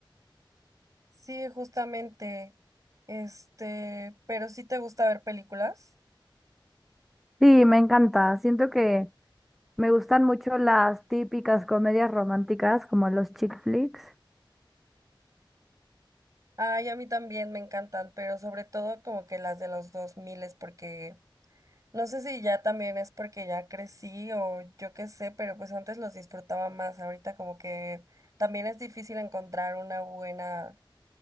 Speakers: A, on the right (about 40°); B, in the centre.
A: Sí, justamente. Este, pero sí te gusta ver películas.
B: Sí, me encanta. Siento que me gustan mucho las típicas comedias románticas como los chick flicks.
A: Ay, a mí también me encantan, pero sobre todo como que las de los 2000 porque No sé si ya también es porque ya crecí o yo qué sé, pero pues antes los disfrutaba más. Ahorita como que también es difícil encontrar una buena,